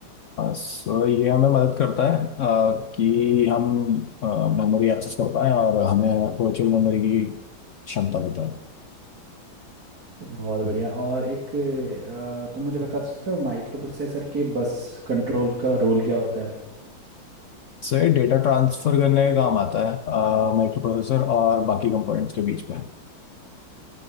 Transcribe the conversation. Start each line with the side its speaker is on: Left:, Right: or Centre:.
Left: सो ये हमें मदद करता है uh, कि हम मेमोरी एक्सेस कर पाएं और हमें वर्चुअल मेमोरी की क्षमता देता है
Right: बहुत बढ़िया और एक अ, तुम मुझे बता सकते हो माइक्रो प्रोसेसर के बस कंट्रोल का रोल क्या होता है
Left: सो ये डेटा ट्रांसफर करने का काम आता है माइक्रो प्रोसेसर और बाकी कंपोनेंट्स के बीच में